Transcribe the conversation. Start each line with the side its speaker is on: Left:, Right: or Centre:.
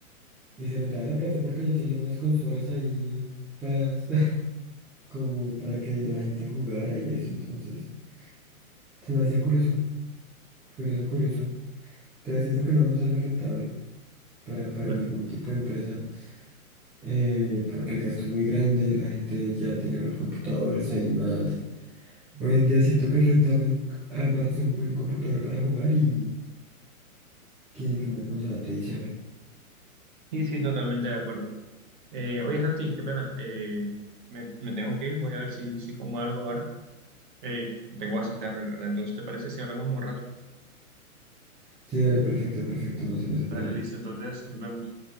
Centre: y se notaba la plata porque ya tenían unas consolas ahí para, <laughs> como para que la gente jugara y eso, entonces se me hacía curioso, curioso, curioso. Te siento que no nos sale rentable para, para
Right: No.
Centre: ningún tipo de empresa, eh, porque el gasto es muy grande, la gente ya tiene los computadores ahí más. Hoy en día siento que es rentable armarse un buen computador para jugar y que, que una consola tradicional.
Right: Y sí, totalmente de acuerdo. Eh, oye, Santi, qué pena. eh, me, me tengo que ir, voy a ver si, si como algo ahora. Eh, tengo bastante hambre, la verdad. Entonces, ¿te parece si hablamos en un rato?
Centre: Sí, dale, perfecto, perfecto, me suena súper
Right: Dale,
Centre: bien.
Right: listo. Entonces, nos vemos.